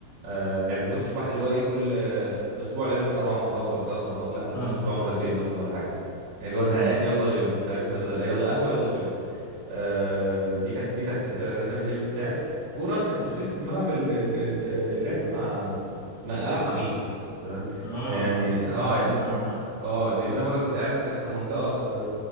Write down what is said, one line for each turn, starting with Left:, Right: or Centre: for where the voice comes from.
Right: آه، يعني ما كنتش واحد اللي هو ايه كل آه، اسبوع لازم اربع مرات ولا ثلاث مرات لا انا ممكن
Left: فاهمك
Right: اسبوع
Left: اه
Right: مرتين مثلا ولا حاجه يعني اللي هو زهقان
Left: امم
Right: يلا جيم فاهم انت بدل يلا قهوه يلا جيم آه، دي كانت دي كانت ده كان الجيم بتاعي كوره كانت مشكلتي في الملعب ال- ال- ال- اللعب مع مع- العب مع مين تمام
Left: اه
Right: يعني
Left: ما فيش
Right: اه
Left: ناس كتير تلعب معاك
Right: اه لان انا برضه كنت قاعد في في منطقه في